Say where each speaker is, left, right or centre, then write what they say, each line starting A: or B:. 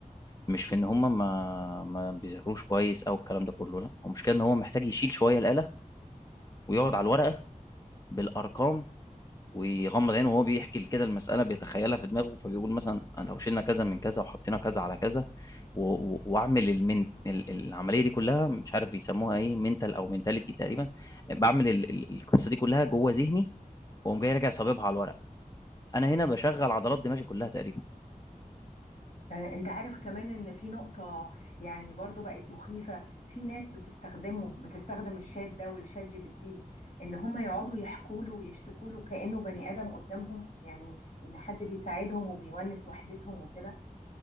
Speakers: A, on the left (about 25°); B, on the left (about 55°).
A: مش في إن هم ما ما بيذاكروش كويس أو الكلام ده كله لا هو مشكلة إن هو محتاج يشيل شوية الآلة ويقعد على الورقة بالأرقام ويغمض عينه وهو بيحكي كده المسألة بيتخيلها في دماغه فبيقول مثلا أنا لو شلنا كذا من كذا وحطينا كذا على كذا و- و- وأعمل المن ال- ال- العملية دي كلها مش عارف يسموها إيه منتال أو منتاليتي تقريبا بعمل ال- ال- القصة دي كلها جوه ذهني وأقوم جاي راجع صاببها على الورق أنا هنا بشغل عضلات دماغي كلها تقريبا
B: آه، انت عارف كمان ان في نقطة يعني برضو بقت مخيفة في ناس بتستخدمه بتستخدم الشات ده والشات جي بي تي ان هم يقعدوا يحكوا له ويشتكوا له كأنه بني آدم قدامهم يعني ان حد بيساعدهم وبيونس وحدتهم وكده